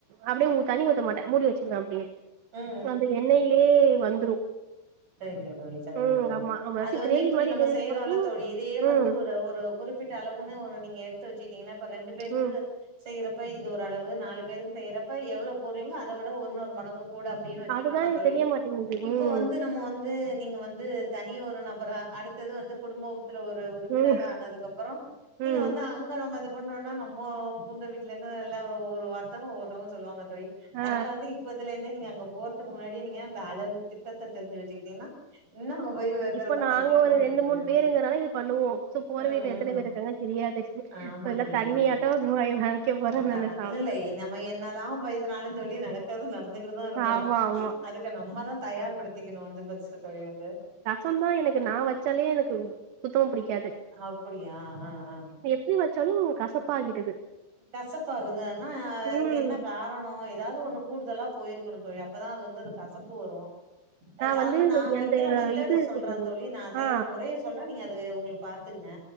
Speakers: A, on the right; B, on the right.
A: அப்டியே ஊ தண்ணி ஊத்த மாட்ட மூடி வச்சிருவ அப்டியே
B: ம் ம் ம்
A: அந்த எண்ணெயிலே வந்துரு
B: செரிங்க தோழி சரிங்க
A: ம்
B: தோழி
A: ஆமா நம்ம எதாச்சு
B: அது வந்து
A: கிரேவி
B: இப்டி
A: மாரி
B: நம்ம
A: வேணுனா
B: செய்யறோம்ல
A: மட்டு
B: தோழி இதையே வந்து
A: ம்
B: ஒரு ஒரு குறிப்பிட்ட அளவுன்னு நீங்க ஒன்னு நீங்க எடுத்து வச்சுட்டீங்கன்னா இப்ப ரெண்டு பேருக்கு
A: ம்
B: செய்யறப்ப இது ஓரளவுக் நாலு பேருக்கு செய்யறப்ப எவ்வளோ போட்றீங்களோ அத விட ஒன்னொரு மடங்கு கூட அப்டின்னு வச்சுட்டோன்னா
A: அதுதா எனக்கு
B: தோழி
A: தெரிய மாட்டேங்குது
B: இப்ப
A: ம்
B: வந்து நம் மோ வந்து நீங்க வந்து தனி ஒரு நபரா அடுத்தது வந்து குடும்பத்துல ஒரு உறுப்பினரா
A: ம்
B: ஆனதுக்கு அப்புறம் நீங்க
A: ம்
B: வந்து அங்க நம்ம இது பண்ணோம்னா நம்ம புகுந்த வீட்ல இருந்து எல்லா ஒரு ஒரு ஒருத்தங்க ஒவ்வொருத்தங்க சொல்லுவாங்க தோழி அதனால
A: ஆ
B: வந்து இப்பத்துலேருந்தே நீங்க அங்க போறதுக்கு முன்னாடி நீங்க அந்த அளவு திட்டத்த தெரிஞ்சு வச்சுக்கிட்டீங்கன்னா இன்னு போய் வக்கறப்ப
A: இப்ப நாங்க
B: சௌரியமா
A: ஒரு
B: இருக்கு
A: ரெண்டு
B: தோழி
A: மூணு
B: அது
A: பேருங்கறனால இது பண்ணுவோ சோ போற
B: ம்
A: வீட்ல எத்தன
B: ம்
A: பேர் இருக்காங்கன்னு தெரியாது
B: ஆமா
A: சோ எல்லா
B: தோழி
A: தண்ணியாட்டோ
B: ஆமா தோழி
A: வாய் வைக்க போறே
B: அக்கா
A: நானு சாப்ட
B: இல்ல இல்ல நம்ம என்ன தா போய் எதுனாலு தோழி நடக்கறது நடந்துக்கிட்டுதா இருக்கு
A: ஆமா ஆமா
B: அதுக்கு நம்ம தா தயார் படுத்திக்கணு அது ஃபஸ்ட்டு தோழி அது
A: சொன்னா எனக்கு நா வச்சாலே எனக்கு புத்தக பிடிக்காது
B: அப்படியா ஆ ஆ
A: எப்டி வச்சாலு கசப்பாகிடுது
B: கசப்பாகுதுனா அதுக்கு
A: ம்
B: என்ன கார் ணோ ஏதாவது ஒண்ணு கூடுதலா போயிருக்கணு தோழி அப்பதா அது வந்து அந்த கசப்பு வரு அது சாதாரணமா
A: வந்து
B: நா வக்கிற
A: அந்த
B: மெத்தேடு
A: இது இருக்கு
B: சொல்ற
A: பாருங்க
B: தோழி நா செய்ற
A: ஆ
B: முறையை சொல்ற நீங்க அது உங்களுக்கு பாத்துக்குங்க